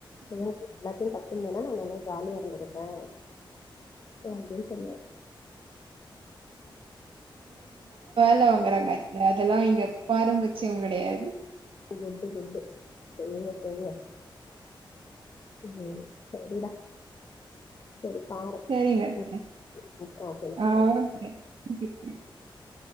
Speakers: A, on the left; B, on the right.
A: அவங்க எல்லாத்தையு கத்துருந்தேன்னா நா நல்லா ஜாலியா இருந்திருப்பே அப்டினு சொல்லுவே
B: எலா வாங்கறாங்க அதெல்லா இங்க பாரம்பச்சம் கிடையாது
A: குட்டு குட்டு செய்ங்க செய்ங்க உம் சரிடா சரி பாரு
B: சரிங்க அத்த.
A: உம் ஓகே டா
B: ஆ
A: பாய்
B: <unintelligible>